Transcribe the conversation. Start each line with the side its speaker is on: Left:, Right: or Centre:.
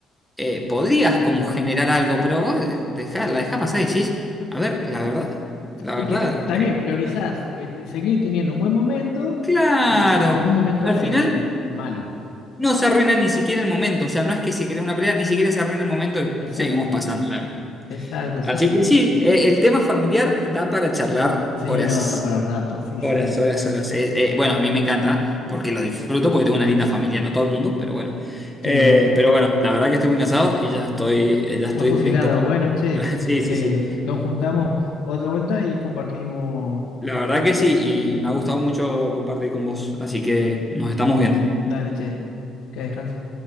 Centre: eh, podrías como generar algo, pero vos dejás- la dejás pasar y decís, a ver, la verdad, la
Left: Y
Centre: verdad,
Left: que también
Centre: eh,
Left: priorizás eh, te- seguir teniendo un buen momento
Centre: claro,
Left: a, a tener un momento
Centre: al
Left: de
Centre: final.
Left: malo.
Centre: No se arruina ni siquiera el momento, o sea, no es que se crea una pelea, ni siquiera se arruina el momento y
Left: Exacto.
Centre: seguimos pasándola bien.
Left: Exacto, sí,
Centre: Así
Left: sí.
Centre: que sí, eh, el tema familiar da para charlar
Left: Sí,
Centre: horas,
Left: no, da para rato, sí,
Centre: horas,
Left: sí,
Centre: horas, horas. Eh, eh, bueno, a mí me encanta porque lo disfruto, porque tengo una linda familia, no todo el mundo, pero bueno. Eh,
Left: sí, no.
Centre: pero bueno, la verdad que estoy muy cansado y ya estoy, eh, ya estoy
Left: Ha fusilado.
Centre: directo para...
Left: Bueno, che,
Centre: <laughs> Sí, sí,
Left: eh,
Centre: sí.
Left: nos juntamos otra vuelta y compartimos.
Centre: La verdad que sí, y me ha gustado mucho compartir con vos, así que nos estamos viendo.
Left: Dale, che, que descanse.